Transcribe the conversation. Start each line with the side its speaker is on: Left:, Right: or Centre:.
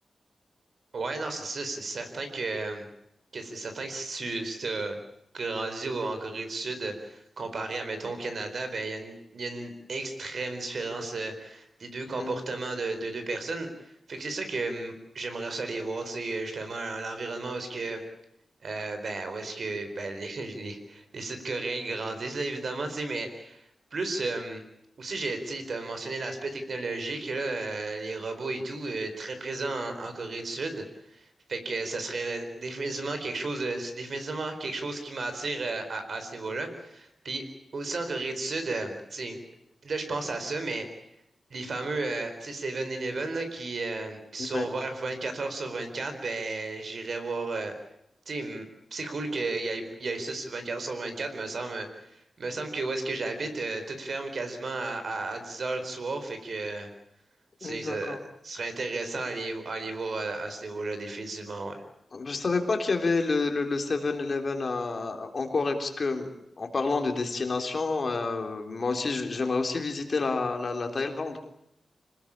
Right: Ouais, non, c'est ça. C'est certain que, euh, que c'est certain que si tu si t'as grandi au- en Corée du Sud, euh, comparé à, mettons, au Canada, ben, il y a une, il y a une extrême différence euh, des deux comportements
Left: Mhm.
Right: de, de deux personnes. Fait que c'est ça que hum, j'aimerais ça aller voir, tu sais, euh, justement, à l'environnement où est-ce que, euh, ben, où est-ce que, ben, <laughs> les, les, les Sud-Coréens grandissent, là, évidemment, tu sais, mais plus, hum, aussi, j'ai, tu sais, t'as mentionné l'aspect technologique, là, euh, les robots et tout, euh, très présent en en Corée du Sud. Fait que ça serait définitivement quelque chose de- c'est définitivement quelque chose qui m'attire euh, à, à ce niveau-là. Puis aussi en Corée du Sud, euh, tu sais, là je pense à ça, mais les fameux euh, tu sais, Seven eleven là, qui, euh, qui sont
Left: Ouais.
Right: ouverts 24 heures sur 24, ben j'irai voir. euh, tu sais, m- c'est cool qu'il y ait, il y ait ça sur quatre heures sur 24, me semble. euh, Me semble que où est-ce que j'habite, euh, tout ferme quasiment à, à, à 10 heures du soir. Fait que euh, tu
Left: D'accord.
Right: sais, ça serait intéressant à aller, à aller voir à, à ce niveau-là, définitivement. ouais.
Left: Je savais pas qu'il y avait le, le, le 7-Eleven à, à- en Corée, parce que en parlant de destination, euh, moi aussi j- j'aimerais aussi visiter la, la, la Thaïlande.